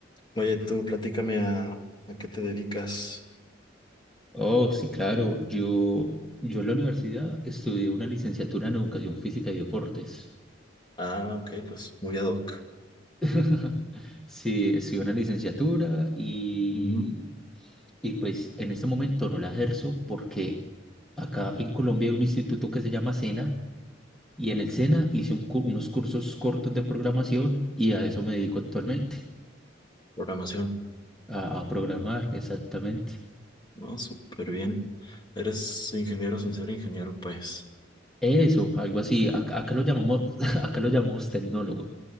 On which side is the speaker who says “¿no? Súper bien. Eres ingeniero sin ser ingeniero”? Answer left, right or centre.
Left